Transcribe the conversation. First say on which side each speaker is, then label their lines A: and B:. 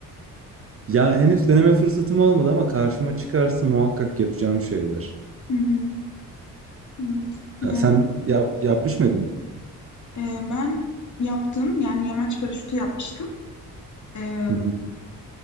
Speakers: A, on the right; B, on the left.
A: Ya henüz deneme fırsatım olmadı ama karşıma çıkarsa muhakkak yapacağım şeyler.
B: Hı hı, evet.
A: Ha,
B: Yani
A: sen yap, yapmış mıydın?
B: e, ben yaptım. Yani yamaç paraşütü yapmıştım. E,
A: Hı hı.